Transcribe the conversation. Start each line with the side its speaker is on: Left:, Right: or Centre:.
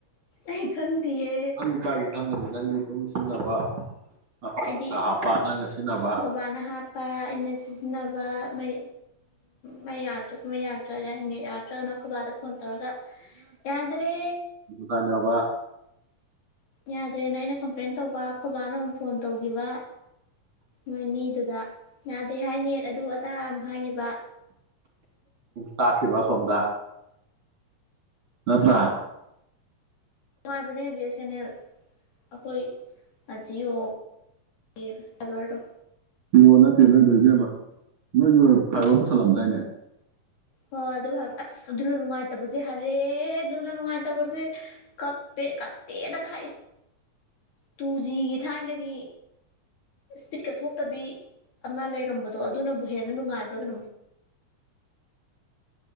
Left: ꯑꯩ ꯈꯪꯗꯤꯌꯦ
Right: ꯈꯪꯗꯤꯦ ꯀꯥꯏꯒꯤꯦ ꯈꯪꯒꯅꯤ ꯅꯪꯗꯤ ꯑꯗꯨꯝ ꯁꯤꯖꯤꯟꯅꯕꯀꯥ
Left: ꯑꯩꯗꯤ
Right: ꯍꯥꯞꯄ ꯅꯪꯒ ꯁꯤꯖꯤꯟꯅꯕ
Left: ꯈꯣꯏꯕꯥꯅ ꯍꯥꯞꯄ ꯑꯩꯅ ꯁꯤꯖꯤꯟꯅꯕ ꯃꯩ ꯃꯩ ꯌꯥꯛꯇ꯭ꯔꯒ ꯃꯩ ꯌꯥꯛꯇ꯭ꯔꯒ ꯅꯠ ꯌꯥ ꯅꯠꯇ꯭ꯔꯒꯅꯈꯣꯏꯕꯥꯗ ꯐꯣꯟ ꯇꯧꯔꯒ ꯌꯥꯗ꯭ꯔꯦ
Right: ꯇꯥꯏꯅꯕ
Left: ꯌꯥꯗ꯭ꯔꯦꯅ ꯑꯩꯅ ꯀꯝꯄ꯭ꯂꯦꯟ ꯇꯧꯕ ꯑꯩꯈꯣꯏꯕꯥꯅ ꯑꯃꯨꯛ ꯐꯣꯟ ꯇꯧꯈꯤꯕ ꯃꯣꯏ ꯃꯤꯗꯨꯗ ꯌꯥꯗꯦ ꯍꯥꯏꯅꯦ ꯑꯗꯨ ꯑꯗꯥ ꯑꯃꯨꯛ ꯍꯥꯏꯈꯤꯕ
Right: ꯇꯥꯀꯤꯕ ꯁꯗ ꯑ ꯄ꯭ꯔꯥ
Left: ꯅꯨꯡꯉꯥꯏꯕꯅꯦ ꯕꯤ ꯑꯦꯁ ꯑꯦꯟ ꯑꯦꯜ ꯑꯩꯈꯣꯏ ꯖꯤꯌꯑꯣ ꯗ ꯅꯒꯔꯗꯣ
Right: ꯄꯤꯌꯣ ꯅꯠꯇꯦ ꯅꯣꯏꯗꯣ ꯏꯕꯦꯝꯃ ꯅꯣꯏꯁꯨ ꯐꯔꯕ ꯄꯨꯁꯜꯂꯝꯗꯥꯏꯅꯦ
Left: ꯍꯣꯏ ꯑꯗꯨ ꯑꯁ ꯑꯗꯨꯅ ꯅꯨꯡꯉꯥꯏꯇꯕꯁꯦ ꯍꯔꯦ ꯑꯗꯨꯅ ꯅꯨꯡꯉꯥꯏꯇꯕꯁꯦ ꯀꯞꯄ ꯀꯠꯇꯦꯗ ꯈꯥꯏ
Right: <inaudible>
Left: ꯇꯨ ꯖꯤꯒꯤ ꯊꯥꯏꯅꯗꯒꯤ ꯏꯁꯄꯤꯠꯀ ꯊꯣꯛꯇꯕꯤ ꯑꯃ ꯂꯩꯔꯝꯕꯗꯣ ꯑꯗꯨꯅꯕꯨ ꯍꯦꯟꯅ ꯅꯨꯡꯉꯥꯏꯕ꯭ꯔꯥ ꯀꯩꯅꯣ
Right: <inaudible>